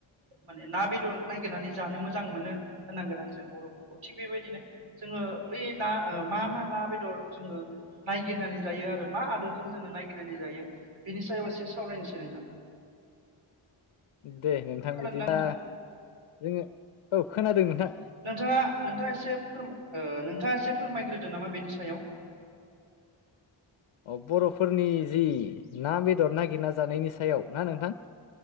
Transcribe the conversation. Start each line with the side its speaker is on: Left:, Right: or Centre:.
Right: माने ना बेदर नायागिरनानै जानो मोजां मोनो होननांगोन आरो जों बरफोरखौ थिग बेबायदिनो जोङो बै ना ओ मा मा ना बेदर जोङो नायगिरनानै जायो आरो मा आदबजों जोङो नायागिरनानै जायो बेनि सायाव एसे सावरायनोसै नोंथां।
Left: दे नोंथां
Right: खोनादोंना
Left: बिदिबा
Right: नोंथाङा
Left: जोङो औ खोनादों नोंथां।
Right: नोंथाङा नोंथाङा एसे फोर ओ नोंथाङा एसे फोरमायग्रोदो नामा बेनि सायाव।
Left: अ बरफोरनि जि ना बेदर नागिरना जानायनि सायाव ना नोंथां